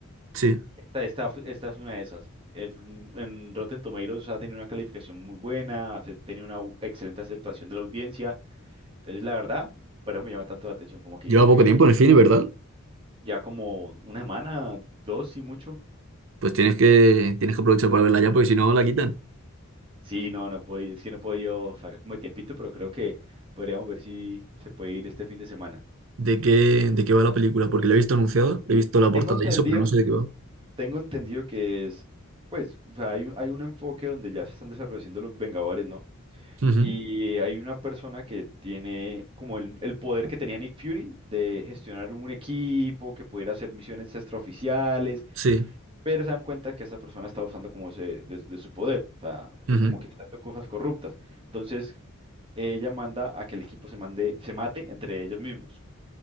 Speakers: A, on the right; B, on the right.
A: sí.
B: Esta, esta, esta es una de esas. Es un- en Rotten Tomatoes ha tenido una calificación muy buena, ha fe- tenido una u- excelente aceptación de la audiencia. Entonces, la verdad, por eso me llama tanto la atención, como que
A: Lleva
B: digo, ok,
A: poco tiempo en el cine, ¿verdad?
B: ya como una semana, dos y mucho.
A: Pues tienes que, tienes que aprovechar para verla ya, porque si no la quitan.
B: Sí, no, no puedo, ir, es que no puedo yo sacar como de tiempito, pero creo que podríamos ver si se puede ir este fin de semana.
A: ¿De qué, de qué va la película? Porque la he visto anunciada, he visto la portada
B: Tengo entendido,
A: y eso, pero no
B: Ok.
A: sé de qué va.
B: tengo entendido que es, pues, o sea, hay, un hay un enfoque donde ya se están desapareciendo los Vengadores, ¿no?
A: Ujú,
B: Y hay una persona que tiene como el, el poder que tenía Nick Fury de gestionar un equipo, que pudiera hacer misiones extraoficiales,
A: Sí.
B: pero se dan cuenta que esa persona está usando como ese, de, de su poder, o sea, de
A: ujú.
B: como que está haciendo cosas corruptas. Entonces, ella manda a que el equipo se mande, se mate entre ellos mismos.